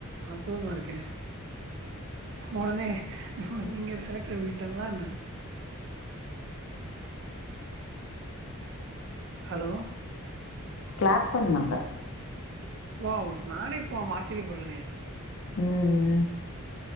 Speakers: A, on the right; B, on the left.
A: அற்புதாம இருக்கே உடனே நீங்க செலக்ட்டட் அப்டின்டாங்களா என்ன ஹலோ
B: கிளாப் பண்ணாங்க
A: வாவ் நானே இப்போம் ஆச்சரியப்பட்றேனே
B: ம் ம்